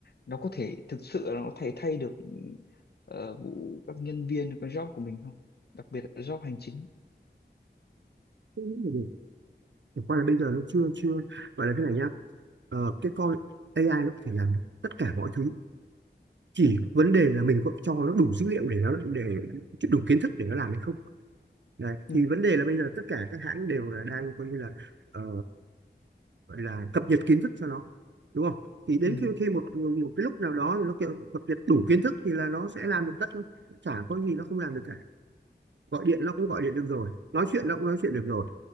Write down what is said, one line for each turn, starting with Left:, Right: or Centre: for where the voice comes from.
Left: nó có thể thực sự là nó thay thay được ờ, vụ các nhân viên cái job của mình không đặc biệt là job hành chính
Right: Không nghĩ là được. Chẳng qua là bây giờ nó chưa chưa gọi là thế này nhá Ờ, cái con AI nó có thể làm tất cả mọi thứ chỉ
Left: ừ
Right: vấn đề là mình có cho nó đủ dữ liệu để nó để đủ kiến thức để nó làm hay không Đấy.
Left: ừ
Right: thì vấn đề là bây giờ tất cả các hãng đều là đang coi như là ờ, gọi là cập nhật kiến thức cho nó đúng không thì đến
Left: ừ
Right: khi khi một một cái lúc nào đó thì nó kiểu cập nhật đủ kiến thức thì là nó sẽ làm được tất thôi chả có gì nó không làm được cả gọi điện nó cũng gọi điện được rồi nói chuyện nó cũng nói chuyện được rồi